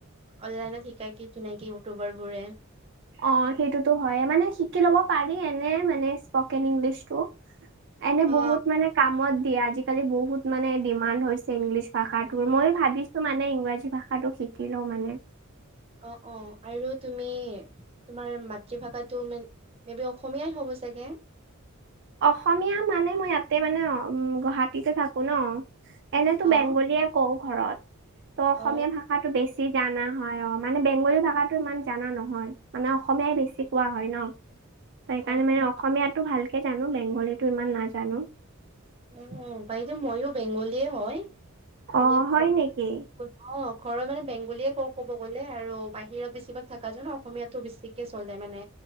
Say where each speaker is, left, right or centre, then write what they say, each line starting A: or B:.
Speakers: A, on the right (about 30°); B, on the right (about 60°).
A: অনলাইনত শিকাই কি <unintelligible> ইউটিউবাৰবোৰে।
B: অ, সেইটোতো হৈয়ে। মানে শিকি ল'ব পাৰি এনে মানে স্পকেন ইংলিছটো। এনে
A: হা
B: বহুত মানে কামত দিয়ে। আজি-কালি বহুত মানে ডিমাণ্ড হৈছে ইংলিছ ভাষাত টোৰ মই ভাবিছো মানে ইংৰাজী ভাষাটো শিকি লও মানে।
A: অ-অ আৰু তুমি তোমাৰ মাতৃভাষাটো মান মে বি অসমীয়াই হ'ব চাগে।
B: অসমীয়া মানে মই ইয়াতে মানে গুৱাহাটীতে থাকো ন। এনেটো বেংগলীয়ে
A: অ
B: কওঁ। ঘৰত ত' অসমীয়া
A: অ
B: ভাষাটো বেছি জানা হয়। অ মানে বেংগলী ভাষাটো ইমান জানা নহয়। মানে অসমীয়াই বেছি কোৱা হয় ন। ত সেইকাৰণে
A: অ
B: মানে অসমীয়াটো ভালকে জানো, বেংগলীটো ইমান নাজানো।
A: উ বাইদেউ মইও বেংগলীয়ে হয়। মানে
B: অ, হয়
A: ঘ
B: নেকি?
A: অ, ঘৰত মানে বেংগলীয়ে কও কব গ'লে আৰু বাহিৰত বেছিভাগ থকা জন ন অসমীয়াতো বেছিকে হলে মানে